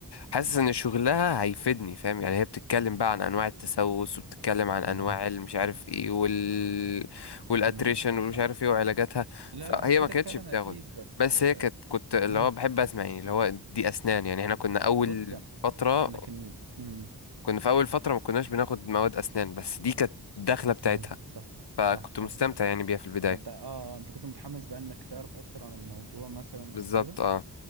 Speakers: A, on the left (about 85°); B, on the right (about 70°).
A: حاسس ان شغلها هيفيدني فاهم يعني هي بتتكلم بقى عن انواع التسوس وبتتكلم عن انواع
B: تمام
A: المش عارف ايه وال والاتريشن
B: تمام صح
A: ومش
B: صح
A: عارف ايه وعلاجاتها
B: لا
A: فهي
B: لا هتفيدك
A: ما كانتش
B: فعلا
A: بتاخد
B: اكيد بس
A: بس هي كانت كنت اللي
B: مم.
A: هو بحب اسمع يعني اللي هو دي اسنان يعني احنا كنا اول
B: بص انا
A: فترة
B: أنا كان مم.
A: كنا في اول فترة ما كناش بناخد مواد اسنان بس دي كانت الدخلة بتاعتها
B: صحيح صح
A: فكنت
B: صح صح
A: مستمتع
B: صح
A: يعني بيها في البداية
B: فانت اه آه، انت كنت متحمس بقى انك تعرف اكتر عن الموضوع مثلا
A: بالظبط
B: او كده
A: اه